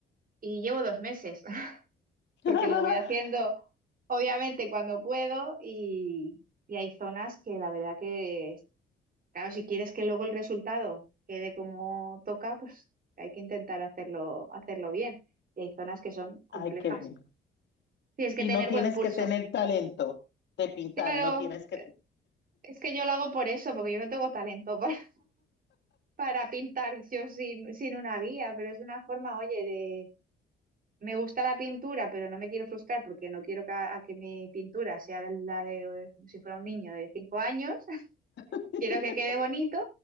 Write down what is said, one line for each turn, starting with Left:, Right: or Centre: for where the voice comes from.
Right: y llevo dos meses, porque
Left: <laughs>
Right: lo voy haciendo obviamente cuando puedo y, y hay zonas que la verdad que, claro, si quieres que luego el resultado quede como toca, pues hay que intentar hacerlo, hacerlo bien. Y hay zonas que son complejas.
Left: Ay, qué bien.
Right: Tienes que
Left: Y
Right: tener
Left: no tienes
Right: buen pulso.
Left: que tener talento de pintar,
Right: Claro,
Left: no tienes que...
Right: eh, es que yo lo hago por eso, porque yo no tengo talento <laughs> para, para pintar yo sin, sin una guía, pero es una forma, oye, Me gusta la pintura, pero no me quiero frustrar porque no quiero que, a que mi pintura sea de la de eh, como si fuera un niño de cinco años. <laughs>
Left: <laughs>
Right: Quiero que quede bonito,